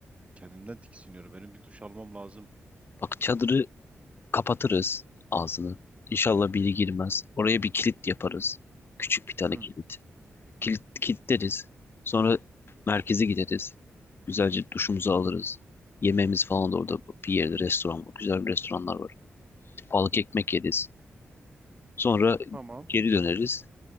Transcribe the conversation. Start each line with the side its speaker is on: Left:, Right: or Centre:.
Right: kendimden tiksiniyorum. Benim bir duş almam lazım.
Left: Bak çadırı kapatırız ağzını. İnşallah biri girmez. Oraya bir kilit yaparız. Küçük bir tane
Right: Hı,
Left: kilit. Kilit kilitleriz. Sonra merkeze gideriz. Güzelce duşumuzu alırız. Yemeğimiz falan da orada bir yerde restoran var. Güzel restoranlar var. Balık ekmek yeriz. Sonra
Right: tamam.
Left: geri döneriz.